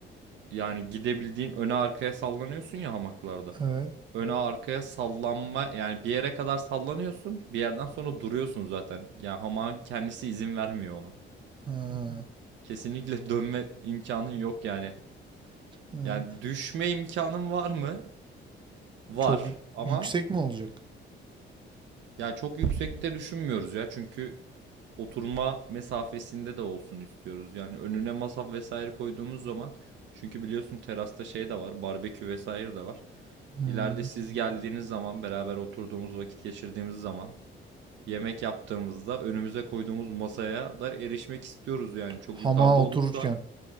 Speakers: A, on the right; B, on the right.
A: Yani gidebildiğin öne arkaya sallanıyorsun ya hamaklarda.
B: Evet.
A: Öne arkaya sallanma yani bir yere kadar sallanıyorsun. Bir yerden sonra duruyorsun zaten. Yani hamağın kendisi izin vermiyor ona.
B: Ha.
A: Kesinlikle dönme imkanın yok yani.
B: <laughs>
A: Yani düşme imkanın var mı? Var
B: Çok
A: ama
B: yüksek mi olacak?
A: yani çok yüksekte düşünmüyoruz ya. Çünkü oturma mesafesinde de olsun istiyoruz. Yani önüne masa vesaire koyduğumuz zaman çünkü biliyorsun terasta şey de var, barbekü vesaire de var.
B: Hmm.
A: İleride siz geldiğiniz zaman beraber oturduğumuz vakit geçirdiğimiz zaman yemek yaptığımızda önümüze koyduğumuz masaya da erişmek istiyoruz yani çok
B: Hamağa
A: yukarıda olursa
B: otururken.